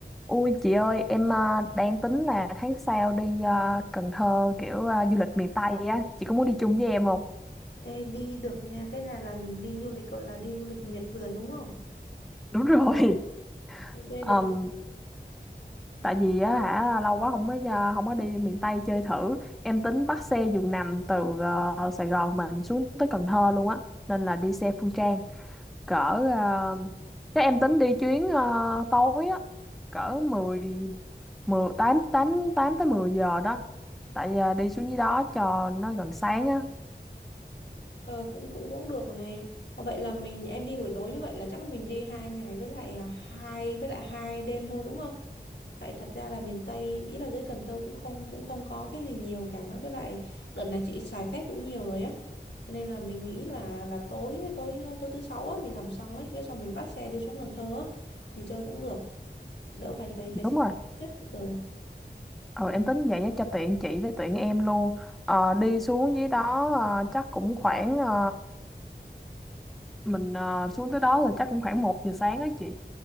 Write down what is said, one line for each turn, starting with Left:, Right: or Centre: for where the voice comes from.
Centre: Ôi chị ơi, em à, đang tính là tháng sau đi à, Cần Thơ kiểu à, du lịch miền Tây á, chị có muốn đi chung với em không?
Left: Ê, đi được nha. Cái này là mình đi du lịch gọi là đi du lịch miệt vườn đúng không?
Centre: <laughs> Đúng rồi.
Left: Ok
Centre: Ờm,
Left: được.
Centre: tại vì á hả lâu quá không có à, không có đi miền Tây chơi thử. Em tính bắt xe giường nằm từ à, Sài Gòn mình xuống tới Cần Thơ luôn á, nên là đi xe Phương Trang cỡ à, chắc em tính đi chuyến à, tối á, cỡ 10 10 8 8 8 tới 10 giờ đó. Tại à, đi xuống dưới đó cho nó gần sáng á.
Left: Ờ, cũng cũng cũng được này. Ờ, Vậy là mình em đi buổi tối như vậy là chắc mình đi hai ngày với lại à, hai với lại hai đêm thôi đúng không? Tại thật ra là miền Tây ý là dưới Cần Thơ cũng không cũng không có cái gì nhiều cả với lại đợt này chị xài phép cũng nhiều rồi á. Cho nên là mình nghĩ là là tối tối tối thứ sáu á mình làm xong ấy, cái xong mình bắt xe đi xuống Cần Thơ á, mình chơi cũng được, đỡ phải phải phải
Centre: Đúng
Left: suy
Centre: rồi.
Left: nghĩ ấy. ừ.
Centre: Ừ, em tính vậy á, cho tiện chị với tiện em luôn Ờ, đi xuống dưới đó ờ, chắc cũng khoảng ờ, mình ờ, xuống tới đó là chắc cũng khoảng một giờ sáng á chị